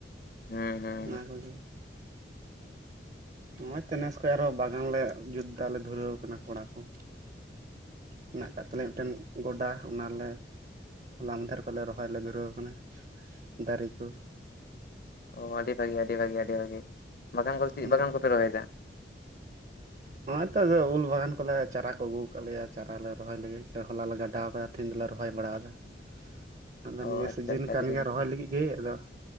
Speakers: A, on the left; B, on the right.
A: ᱦᱩᱸ ᱦᱩᱸ
B: ᱚᱱᱟ ᱠᱚᱜᱤ- ᱱᱚᱜ-ᱚᱭ ᱛᱚ ᱱᱮᱥ ᱠᱷᱚᱡ ᱟᱨᱚ ᱵᱟᱜᱟᱱ ᱞᱮ ᱡᱩᱛᱫᱟ ᱟᱞᱮ ᱫᱷᱩᱨᱟᱹᱣ ᱠᱟᱱᱟ ᱠᱚᱲᱟ ᱠᱚ᱾
A: <unintelligible>
B: ᱦᱮᱱᱟᱜ ᱠᱟᱫ ᱛᱟᱞᱮᱭᱟ ᱢᱤᱫ ᱴᱮᱱ ᱜᱚᱰᱟ᱾ ᱚᱱᱟᱞᱮ ᱦᱚᱞᱟ ᱢᱟᱫᱷᱮᱨ ᱠᱷᱚᱞᱮ ᱨᱚᱦᱚᱭ ᱞᱮ ᱫᱷᱩᱨᱟᱹᱣ ᱠᱟᱱᱟ ᱫᱟᱨᱮ ᱠᱚ
A: ᱚᱻ ᱟᱹᱰᱤ ᱵᱷᱟᱜᱮ ᱟᱹᱰᱤ ᱵᱷᱟᱜᱮ ᱟᱹᱰᱤ ᱵᱷᱟᱜᱤ ᱵᱟᱜᱟᱱ ᱠᱚᱫᱚ ᱪᱤᱜ
B: ᱦᱩᱸ
A: ᱵᱟᱜᱟᱱ ᱠᱚᱯᱮ ᱨᱚᱦᱚᱭ ᱮᱫᱟ?
B: ᱱᱚᱜ-ᱚᱭ ᱛᱚ ᱟᱫᱚ ᱩᱞ ᱵᱟᱜᱟᱱ ᱠᱚᱞᱮ ᱪᱟᱨᱟ ᱠᱚ ᱟᱹᱜᱩ ᱠᱟᱜ ᱞᱮᱭᱟ ᱪᱟᱨᱟ ᱞᱮ ᱨᱚᱦᱚᱭ ᱞᱟᱹᱜᱤᱫ ᱦᱚᱞᱟ ᱞᱮ ᱜᱟᱰᱟᱣ ᱠᱟᱫᱟ ᱾ ᱛᱤᱦᱤᱧ ᱞᱮ ᱨᱚᱦᱚᱭ ᱵᱟᱲᱟᱣᱟᱫᱟ-
A: <unintelligible>
B: ᱟᱫᱚ ᱱᱤᱭᱟᱹ
A: ᱟᱪᱪᱷᱟ
B: ᱥᱤᱡᱤᱱ
A: ᱟᱪᱪᱷᱟ
B: ᱠᱟᱱᱜᱮᱭᱟ
A: ᱟᱹᱰᱤ ᱵᱷᱟᱹᱜᱤ
B: ᱨᱚᱦᱚᱭ ᱞᱟᱹᱜᱤᱫ ᱜᱮ ᱟᱫᱚ